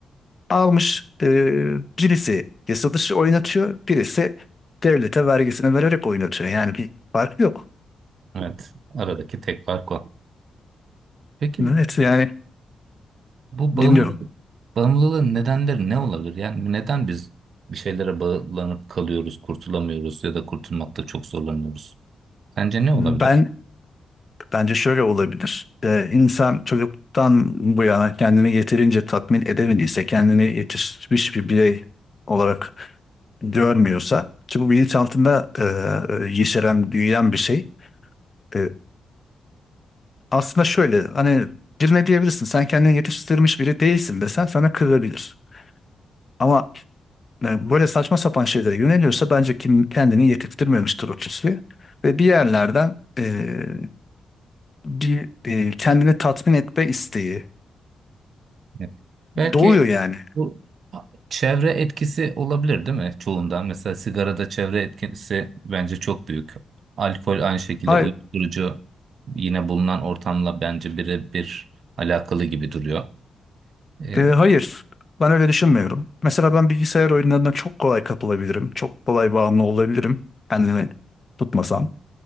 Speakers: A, on the left; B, on the right.
A: almış e, birisi yasadışı oynatıyor, birisi devlete vergisini vererek oynatıyor. Yani bir fark yok.
B: Evet. Aradaki tek fark o. Peki
A: Evet yani
B: bu bağımlılık,
A: dinliyorum.
B: bağımlılığın nedenleri ne olabilir? Yani neden biz bir şeylere bağlanıp kalıyoruz, kurtulamıyoruz ya da kurtulmakta çok zorlanıyoruz? Sence ne
A: Ben
B: olabilir?
A: bence şöyle olabilir. E, insan çocuktan bu yana kendini yeterince tatmin edemediyse, kendini yetişmiş bir birey olarak görmüyorsa, ki bu bilinçaltında e, yeşeren, büyüyen bir şey. E, aslında şöyle hani birine diyebilirsin sen kendini yetiştirmiş biri değilsin desen sana kırılabilir. Ama Yani böyle saçma sapan şeylere yöneliyorsa bence kim kendini yetiştirmemiştir o kişi. Ve bir yerlerden eee, bir eee, kendini tatmin etme isteği
B: Evet. Belki
A: doğuyor yani.
B: Bu çevre etkisi olabilir değil mi çoğunda? Mesela sigarada çevre etkisi bence çok büyük. Alkol aynı şekilde
A: Hayır,
B: uyuşturucu yine bulunan ortamla bence birebir alakalı gibi duruyor. Ee,
A: hayır ben öyle düşünmüyorum. Mesela ben bilgisayar oyunlarına çok kolay kapılabilirim. Çok kolay bağımlı olabilirim kendimi tutmasam.